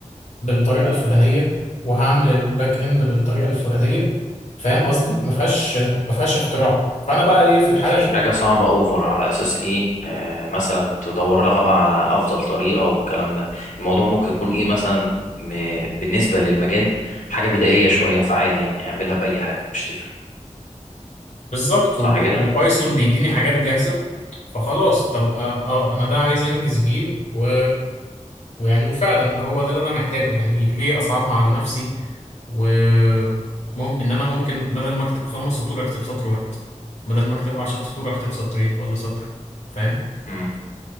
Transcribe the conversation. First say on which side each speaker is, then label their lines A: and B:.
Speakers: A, on the left; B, on the left.
A: بالطريقة الفلانية وهعمل الباك اند بالطريقة الفلانية فاهم قصدي ما فيهاش ما فيهاش اختراع فانا بقى ايه في الحالة
B: مفيش
A: دي
B: حاجة صعبة أوفر على أساس إيه آه مثلا تدور لها بقى على أفضل طريقة والكلام ده الموضوع ممكن يكون إيه مثلا م... بالنسبة للمجال حاجة بدائية شوية فعادي يعني اعملها بأي حاجة مش تفرق
A: بالظبط
B: صح
A: و-
B: كده؟
A: وبايثون
B: مم.
A: بيديني حاجات جاهزة فخلاص طب اه آه، انا ده عايز انجز بيه و... ويعني وفعلا هو ده اللي انا محتاجه يعني ليه اصعبها على نفسي و مم... ان انا ممكن بدل ما اكتب خمس سطور اكتب سطر واحد بدل ما اكتب عشر سطور اكتب سطرين ولا سطر فاهم
B: مم.